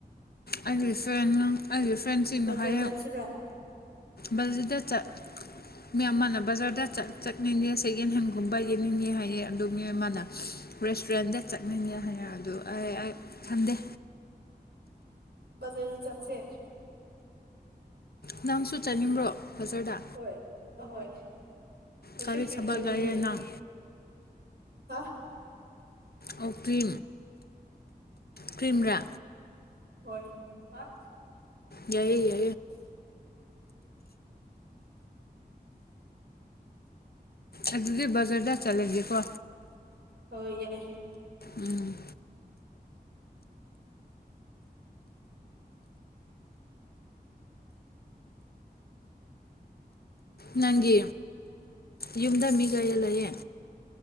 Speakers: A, on the left; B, on the right.
A: ꯑꯩꯒꯤ ꯐ꯭ꯔꯦꯟꯅ ꯑꯩꯒꯤ ꯐ꯭ꯔꯦꯟꯁꯤꯡꯅ
B: ꯕꯖꯥꯔ
A: ꯍꯥꯏꯌꯦ
B: ꯆꯠꯁꯤꯔꯣ
A: ꯕꯜꯁꯤꯗ ꯆꯠ ꯃꯤ ꯑꯃꯅ ꯕꯖꯔꯗ ꯆ ꯆꯠꯅꯤꯡꯁ ꯁꯦꯀꯦꯟ ꯍꯦꯟꯒꯨꯝꯕ ꯌꯦꯡꯅꯤꯡꯉꯦ ꯍꯥꯏꯌꯦ ꯑꯗꯨ ꯃꯤꯑꯣꯏ ꯑꯃꯅ ꯔꯦꯁꯇꯨꯔꯦꯟꯗ ꯆꯠꯅꯤꯡꯉꯦ ꯍꯥꯏꯌꯦ ꯑꯗꯣ ꯈꯗꯦ
B: ꯖꯔꯦ ꯆꯁꯦ
A: ꯅꯪꯁꯨ ꯆꯠꯅꯤꯡꯕ꯭ꯔꯣ ꯕꯖꯥꯔꯗ
B: ꯍꯣꯏ ꯑꯍꯣꯏ ꯑꯩꯁꯨ
A: ꯀꯔꯤ
B: ꯀ꯭ꯔꯤꯝ
A: ꯊꯕꯛ
B: ꯂꯧꯅꯤꯡꯉꯦ
A: ꯂꯩꯌꯦ ꯅꯪ
B: ꯍꯥ
A: ꯑꯣ ꯀ꯭ꯔꯤ ꯀ꯭ꯔꯤꯝ ꯔ
B: ꯍꯣꯏ ꯑꯁ
A: ꯌꯥꯏ ꯌꯥ
B: <inaudible> <inaudible>
A: ꯑꯗꯨꯗꯤ ꯖꯔꯗ ꯆꯂꯗꯤꯀ
B: ꯍ ꯌꯥꯏ
A: ꯎꯝ ꯅꯪꯒꯤ ꯌꯨꯝꯗ ꯃꯤꯒꯥꯏꯌꯦꯜꯂꯌꯦꯦ